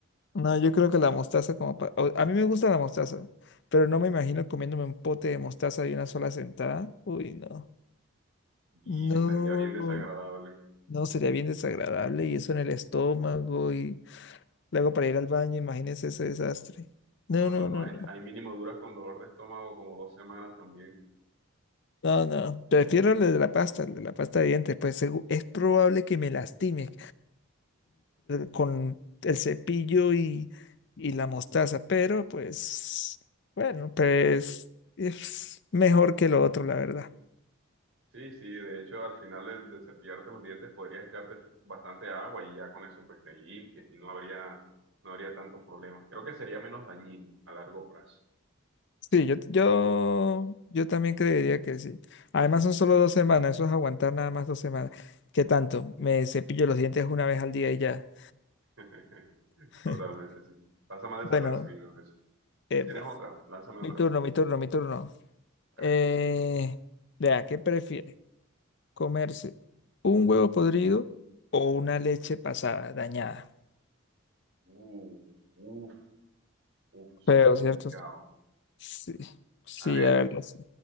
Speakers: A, on the left; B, on the right.
A: No, yo creo que la mostaza como pa- o- A mí me gusta la mostaza, pero no me imagino comiéndome un pote de mostaza de una sola sentada. Uy, no.
B: Y
A: No,
B: estaría bien desagradable.
A: no, sería bien desagradable y eso en el estómago y luego para ir al baño, imagínense ese desastre.
B: No,
A: No, no,
B: no, no,
A: no,
B: hay,
A: no.
B: hay mínimo duras con dolor de estómago como dos semanas también.
A: No, no. Prefiero el de la pasta, el de la pasta de dientes, pues segu- es probable que me lastime. con el cepillo y, y la mostaza, pero pues, bueno, pues es mejor que lo otro, la verdad.
B: Sí, sí, de hecho al final de, de cepillarte los dientes podrías echarte bastante agua y ya con eso pues te limpias y no habría, no habría tanto problema. Creo que sería menos dañino a largo plazo.
A: Sí, yo, yo, yo también creería que sí. Además son solo dos semanas, eso es aguantar nada más dos semanas. ¿Qué tanto? Me cepillo los dientes una vez al día y ya.
B: <laughs>
A: <laughs>
B: Totalmente, sí. Pasa más
A: Bueno,
B: desapercibido eso.
A: epa,
B: ¿Tienes otra? Lánzame
A: mi
B: otra.
A: turno, mi turno, mi turno.
B: Vale.
A: Eh, vea, ¿qué prefiere? ¿Comerse un huevo podrido o una leche pasada, dañada?
B: Uh, uf, uf, eso
A: Pero,
B: está complicado.
A: ¿cierto? Sí, sí,
B: A ver,
A: la verdad, sí.